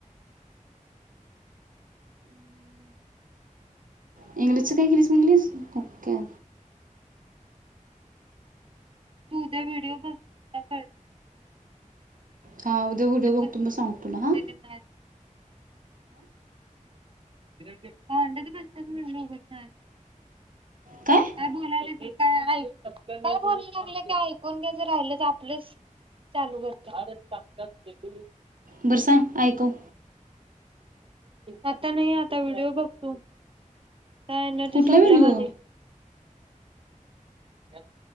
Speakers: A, on the right; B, on the right.
A: इंग्लिशचं काय केिलीस म्हणलीस ओके
B: तू उद्या व्हिडिओ बघ काय कळ
A: हा उद्या व्हिडिओ
B: बसलेली
A: बघतो मग सांगतो तुला हां
B: माझ इधर देख भांडत बसतच म्ह काय
A: काय
B: बोलायला का काय बोलाल्या लागलं की ऐकून घ्या ज राहिल आपलंच चालू करत्यात <unintelligible>
A: बरं सां ऐकव
B: आता नाही आता व्हिडिओ बघतो एनर्जी
A: कुठला
B: संपल्या
A: व्हिडिओ
B: माझी ह